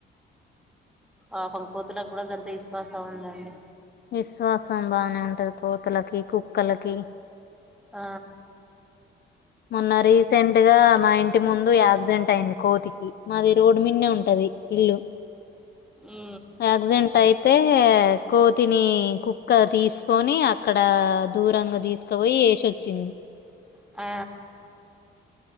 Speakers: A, in the centre; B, on the left.
A: పాపం కోతులకు కూడా గంత విశ్వాసం ఉందండి
B: విశ్వాసం బాగానే ఉంటది కోతలకి కుక్కలకి
A: ఆ
B: మొన్న రీసెంట్ గా మా ఇంటి ముందు యాక్సిడెంట్ అయింది కోతికి మాది రోడ్డు మీదే ఉంటది ఇల్లు
A: ఈ
B: యాక్సిడెంట్ అయితే కోతిని కుక్క తీసుకొని అక్కడ దూరంగా తీసుకుపోయి వేసిచ్చింది
A: ఆ